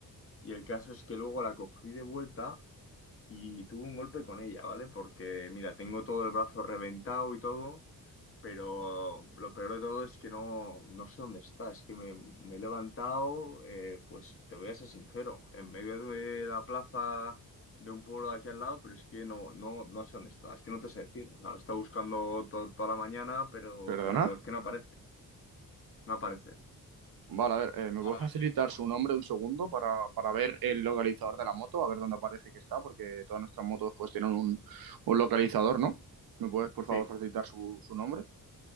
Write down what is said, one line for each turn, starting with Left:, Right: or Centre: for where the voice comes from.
Left: y el caso es que luego la cogí de vuelta y tuve un golpe con ella, ¿vale? Porque, mira, tengo todo el brazo reventado y todo. pero lo peor de todo es que no, no sé dónde está. Es que me, me he levantado, eh, pues te voy a ser sincero, en medio de la plaza de un pueblo de aquí al lado, pero es que no, no, no sé dónde está. Es que no te sé decir. O sea, lo he estado buscando to- toda la mañana, pero,
Right: perdona.
Left: pero no, es que no aparece. No aparece.
Right: Vale, a ver, eh, ¿me
Left: Ahora
Right: puedes facilitar
Left: ves que luego-
Right: su nombre un segundo para, para ver el localizador de la moto? A ver dónde aparece que está, porque todas nuestras motos pues tienen un, un localizador, ¿no? ¿Me puedes, por favor,
Left: Sí,
Right: facilitar su, su nombre?